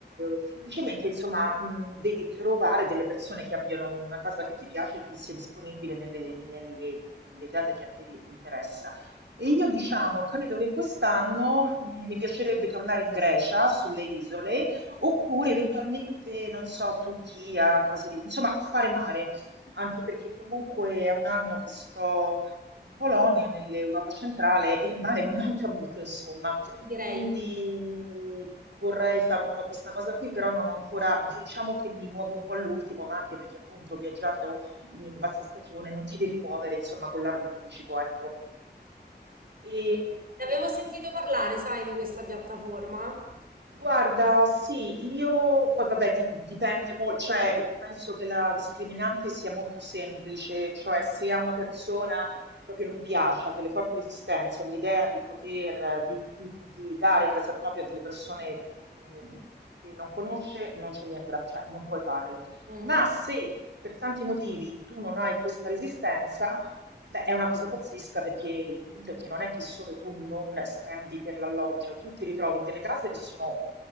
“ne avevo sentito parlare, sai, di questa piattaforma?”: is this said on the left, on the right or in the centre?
Right